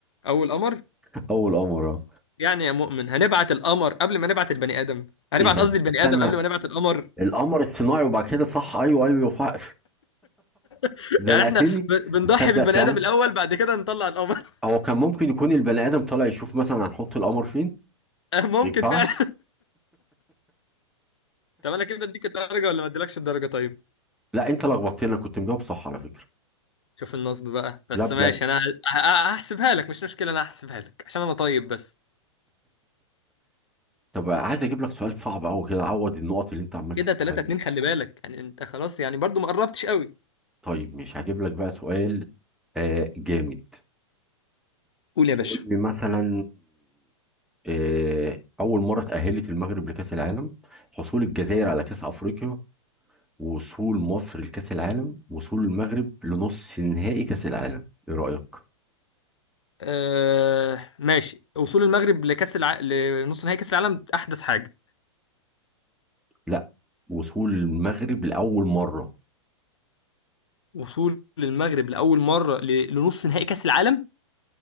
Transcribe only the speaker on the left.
اول قمر
يعني يا مؤمن هنبعت القمر قبل ما نبعت البني آدم هنبعت
قصدي البني
آدم قبل ما نبعت القمر
<laughs>
يعني احنا ب- بنضحي
بالبني
آدم الأول بعد كده نطلع القمر
<laughs> ممكن
فعلا <laughs> طب انا كده اديك الدرجة ولا ما اديلكش الدرجة طيب
شوف النصب بقى بس
ماشي انا ه- ه- هحسبها لك مش مشكلة انا هحسبها لك عشان انا طيب بس
كده
3
2 خلي بالك يعني انت خلاص يعني برضو ما قربتش قوي
قول يا باشا
آه ماشي وصول المغرب لكأس الع... لنص نهائي كأس العالم أحدث حاجة
وصول المغرب لأول مرة ل... لنص نهائي كأس العالم